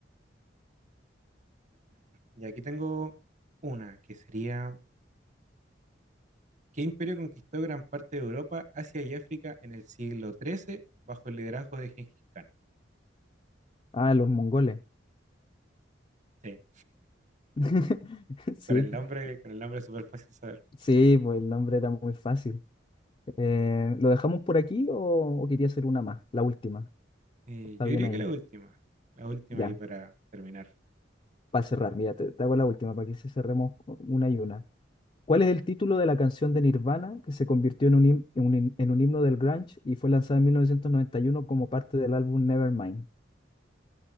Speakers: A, on the right; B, on the left.
A: Y aquí tengo una que sería, ¿qué imperio conquistó gran parte de Europa, Asia y África en el siglo XIII bajo el liderazgo de Gengis Khan?
B: Ah, los mongoles.
A: Sí,
B: <laughs> Sí.
A: con el nombre, con el nombre es súper fácil saberlo.
B: Sí, pues el nombre era muy fácil. Eh, ¿lo dejamos por aquí o, o quería hacer una más? La última.
A: Eh,
B: Está
A: yo
B: bien
A: diría
B: ahí.
A: que la última, la última
B: Ya,
A: ahí para terminar.
B: para cerrar, mira, te, te hago la última para que se cerremos una y una. ¿Cuál es el título de la canción de Nirvana que se convirtió en un, him- en un hin- en un himno del grunge y fue lanzada en 1991 como parte del álbum Nevermind?